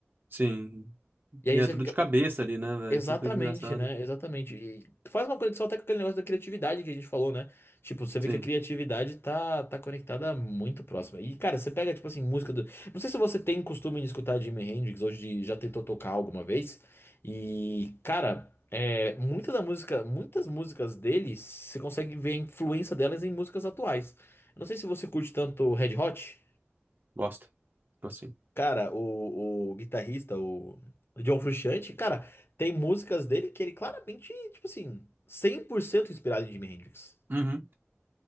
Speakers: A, on the right; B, on the left.
A: Sim.
B: E
A: E
B: aí
A: é
B: você
A: tudo
B: fica,
A: de cabeça ali, né, velho?
B: Exatamente,
A: Que coisa engraçada.
B: né? Exatamente. E faz uma conexão até com aquele negócio da criatividade que a gente falou, né? Tipo, você vê
A: Sim.
B: que a criatividade tá, tá conectada muito próxima. E, cara, você pega, tipo assim, música do. Não sei se você tem costume de escutar Jimi Hendrix, hoje de... já tentou tocar alguma vez. E, cara, é... muita da música, muitas músicas dele, você consegue ver a influência delas em músicas atuais. Eu Não sei se você curte tanto Red Hot.
A: Gosto. Gosto sim.
B: Cara, o, o guitarrista, o John Frusciante, cara, tem músicas dele que ele claramente, tipo assim, 100% inspirado em Jimi Hendrix.
A: Uhum.